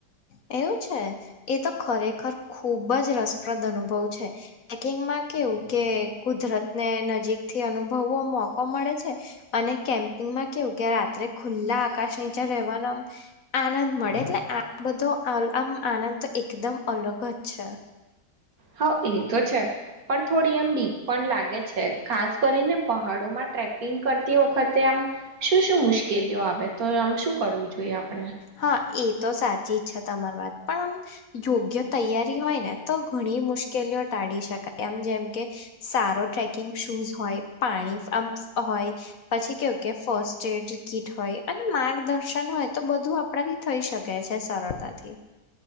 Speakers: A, on the left; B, on the right.
A: એવું છે એ તો ખરેખર ખુબ જ રસપ્રદ અનુભવ છે પકિંગમાં કેવું કે કુદરત ને નજીકથી અનુભવવો મોકો મળે છે અને કેમ્પિં એમાં કેવું કે રાત્રે ખુલ્લા આકાશ નીચે રેવાનો આમ આનંદ મળે એટલે આ બધો હાલ આમ આનંદ તો એકદમ અલગ જ છે.
B: હા, એ તો છે. પણ થોડી એમ બીક પણ લાગે છે ખાસ કરીને પહાડોમાં ટ્રેકિંગ કરતી વખતે આમ શું શું મુશ્કેલીઓ આવે તો આમ શું કરવું જોઈએ? આપણે.
A: હા એ તો સાચી જ છે તમાર વાત પણ આમ યોગ્ય તૈયારી હોય ને તો ઘણી મુશ્કેલીઓ ટા તાડી શકાય આમ જેમ કે સારો ટ્રેકિંગ શૂઝ હોય પાણી આમ હોય પછી કેવું કે ફર્સ્ટ એડ કીટ હોય અને માર્ગદર્શન હોય તો બધું આપણાથી થઈ શકે છે સરળતાથી.